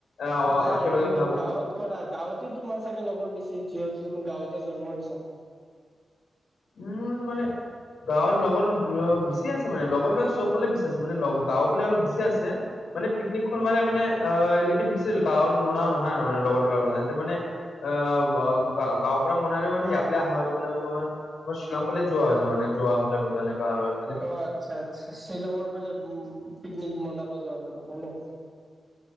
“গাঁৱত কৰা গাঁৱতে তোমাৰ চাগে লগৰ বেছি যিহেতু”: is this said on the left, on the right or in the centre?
Right